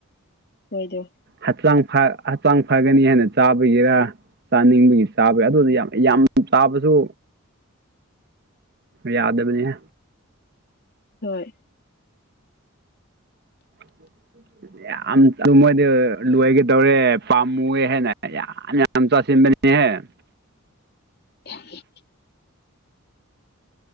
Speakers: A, on the left (about 45°); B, on the right (about 50°).
A: ꯅꯣꯏꯗꯣ
B: ꯍꯛꯆꯥꯡ ꯐꯥ ꯍꯛꯆꯥꯡ ꯐꯒꯅꯤ ꯍꯥꯏꯅ ꯆꯥꯕꯒꯤꯔ ꯆꯥꯅꯤꯡꯕꯒꯤ ꯆꯥꯕ ꯑꯗꯨꯗꯤ ꯌꯥꯝ ꯌꯥꯝ ꯆꯥꯕꯁꯨ
A: <inaudible>
B: ꯌꯥꯗꯕꯅꯤꯍꯦ
A: ꯍꯣꯏ
B: <unintelligible> ꯌꯥꯝ ꯑꯗꯨ ꯃꯣꯏꯗꯤ ꯂꯣꯏꯒꯦ ꯇꯧꯔꯦ ꯄꯥꯝꯃꯨꯑꯦ ꯍꯥꯏꯅ ꯌꯥꯝ <unintelligible>
A: ꯌꯥꯏꯌꯦ